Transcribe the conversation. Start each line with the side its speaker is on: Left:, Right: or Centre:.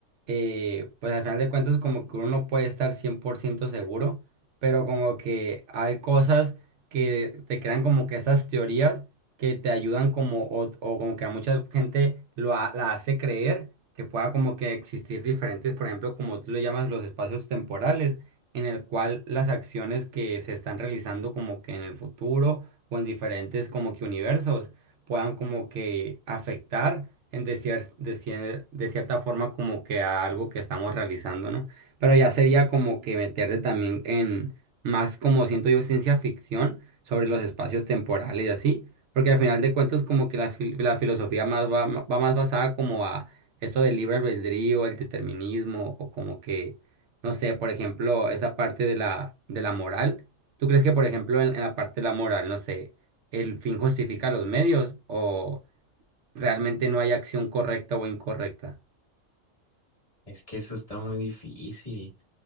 Right: eh, pues al final de cuentas como que uno no puede estar 100% seguro, pero como que hay cosas que te crean como que estas teorías que te ayudan como, o, o como que a mucha gente lo ha- la hace creer que pueda como que existir diferentes, por ejemplo, como tú lo llamas, los espacios temporales, en el cual las acciones que se están realizando como que en el futuro o en diferentes como que universos puedan como que afectar en de, cier- de, cier- de cierta forma como que a algo que estamos realizando, ¿no? Pero ya sería como que meterte también en más como siento yo ciencia ficción sobre los espacios temporales y así, porque al final de cuentas como que la, fil- la filosofía más va, va más basada como a esto del libre albedrío, el determinismo o como que, no sé, por ejemplo, esa parte de la, de la moral ¿Tú crees que, por ejemplo, en, en la parte de la moral, no sé, el fin justifica los medios o realmente no hay acción correcta o incorrecta?
Left: Es que eso está muy difícil,